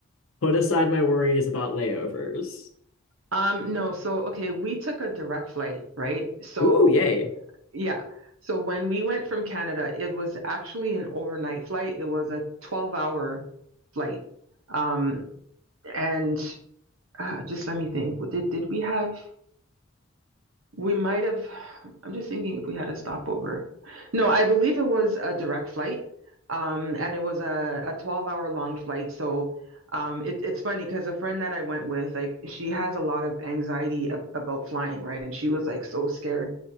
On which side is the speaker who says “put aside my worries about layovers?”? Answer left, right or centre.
Left